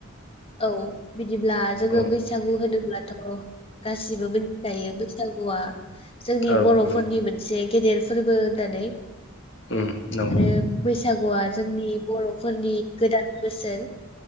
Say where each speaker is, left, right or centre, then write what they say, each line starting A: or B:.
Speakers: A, on the left (about 25°); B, on the left (about 60°).
A: औ बिदिब्ला जोङो
B: औ
A: बैसागु होनोब्ला गासिबो मिथिखायो बैसागुआ जोंनि
B: उम
A: बर'फोरनि
B: औ
A: मोनसे एसे गेदेर फोरबो होननानै
B: उ नंगौ
A: आरो बैसागुआ जोंनि बर'फोरनि गोदान बोसोर